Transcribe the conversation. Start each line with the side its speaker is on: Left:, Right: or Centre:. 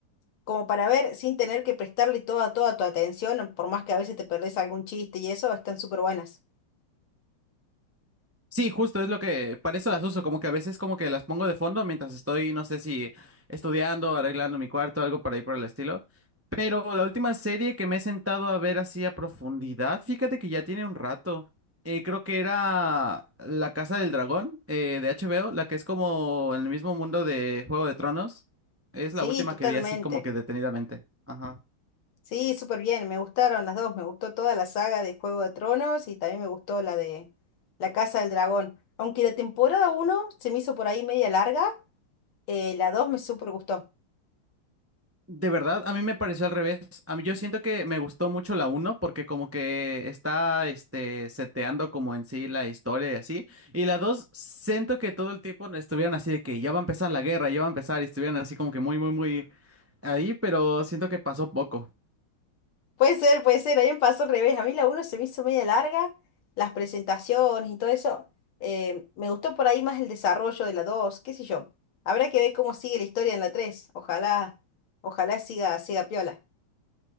Left: como para ver sin tener que prestarle toda, toda tu atención, por más que a veces te perdés algún chiste y eso, están súper buenas.
Right: Sí, justo es lo que, para eso las uso, como que a veces como que las pongo de fondo mientras estoy, no sé si estudiando, arreglando mi cuarto, algo por ahí por el estilo. Pero la última serie que me he sentado a ver así a profundidad, fíjate que ya tiene un rato. Eh, creo que era La Casa del Dragón eh, de HBO, la que es como en el mismo mundo de Juego de Tronos. Es
Left: Sí,
Right: la última
Left: totalmente.
Right: que vi así como que detenidamente. Ajá.
Left: Sí, súper bien, me gustaron las dos. Me gustó toda la saga de Juego de Tronos y también me gustó la de La Casa del Dragón. Aunque la temporada uno se me hizo por ahí media larga, eh, la 2 me súper gustó.
Right: De verdad, a mí me pareció al revés. A mí yo siento que me gustó mucho la uno porque como que está este seteando como en sí la historia y así. Y la 2 siento que todo el tiempo no estuvieron así de que ya va a empezar la guerra, ya va a empezar y estuvieron así como que muy muy muy ahí, pero siento que pasó poco.
Left: Puede ser, puede ser, a mí me pasó al revés. A mí la uno se me hizo media larga, las presentaciones y todo eso. eh, me gustó por ahí más el desarrollo de la 2. qué sé yo. Habrá que ver cómo sigue la historia en la tres. Ojalá, ojalá siga, siga piola.